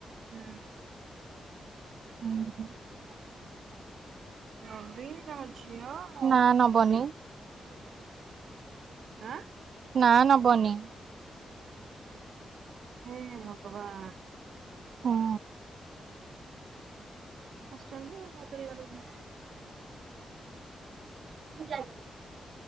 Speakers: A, on the right; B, on the right.
A: ହୁଁ।
B: <inaudible>
A: ନବଲି ତା ଝିଅ ଆଉ
B: ନା ନବନି
A: ଲିଟି।
B: <inaudible>
A: ଆଁ,
B: ନାଁ ନବନି।
A: ହେ ଇଏ ଭଗବାନ।
B: ହଁ।
A: ଆସିଛନ୍ତି ଏ ମଦିରି ଅ, ଦେଖିବା ପାଇଁ।
B: ମୁଁ ଯାଇନି।